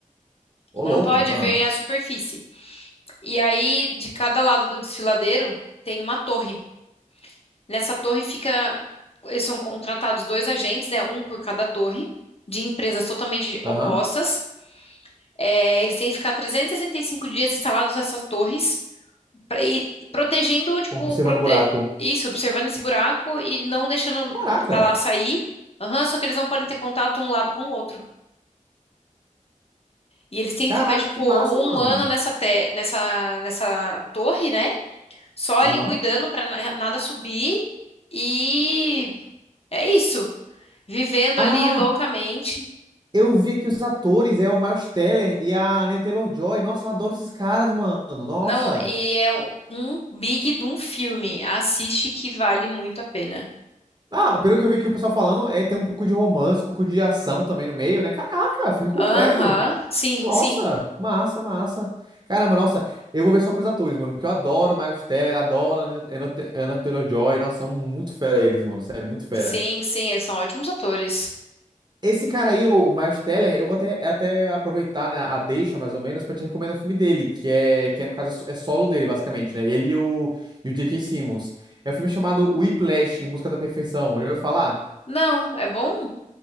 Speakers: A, on the right; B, on the left.
A: Ô,
B: não
A: louco.
B: pode
A: Ah,
B: ver a superfície. E aí, de cada lado do desfiladeiro tem uma torre. Nessa torre fica, eles são contratados dois agentes, né? Um por cada torre. De empresas totalmente opostas,
A: aham.
B: É, eles têm que ficar trezentos e e sessenta e cinco dias instalados nessas torres, pra, e, e protegendo, tipo,
A: Observando
B: prote-
A: o buraco.
B: isso, observando esse buraco e não deixando
A: Caraca.
B: o que tá lá sair. Aham, só que eles não podem ter contato um lado com o outro. E eles têm
A: Caraca,
B: que ficar, tipo,
A: que massa,
B: um
A: mano.
B: ano nessa, te- nessa, nessa torre, né? Só ali
A: Aham.
B: cuidando pra na- nada subir. E é isso. Vivendo
A: Ah,
B: ali loucamente.
A: Eu vi aqui os atores, é o Miles Teller e a Anya Taylor-Joy. Nossa, eu adoro esses caras, mano. Nossa.
B: Não, e é um um big de um filme. Assiste que vale muito a pena.
A: Ah, pelo que eu vi aqui o pessoal falando, é tem um pouco de romance, um pouco de ação também no meio, né? Caraca, filme completo.
B: Aham, Sim,
A: Nossa,
B: sim.
A: massa, massa. Caramba, nossa, eu vou ver só pros atores, mano, porque eu adoro Miles Teller, adoro a Anya Anya Taylor-Joy. Nossa, são muito fera eles, mano, sério, muito fera.
B: Sim, sim, eles são ótimos atores.
A: Esse cara aí, o, o Miles Teller, eu vou até, até aproveitar, né, a deixa, mais ou menos, pra te recomendar um filme dele, que é, que é, no caso, é so- é solo dele, basicamente, né? Ele e o, e o J.K. Simmons. É um filme chamado Whiplash, Em Busca da Perfeição. Já ouviu falar?
B: Não, é bom?